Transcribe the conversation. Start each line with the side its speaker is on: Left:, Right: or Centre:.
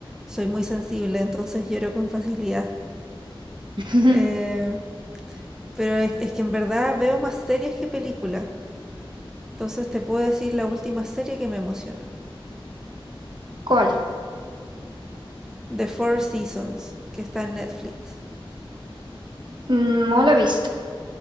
Centre: soy muy sensible, entonces lloro con facilidad.
Right: <laughs>
Centre: Eh, pero es, es que en verdad veo más series que películas. Entonces te puedo decir la última serie que me emocionó.
Right: ¿Cuál?
Centre: The Four Seasons, que está en Netflix.
Right: No la he visto,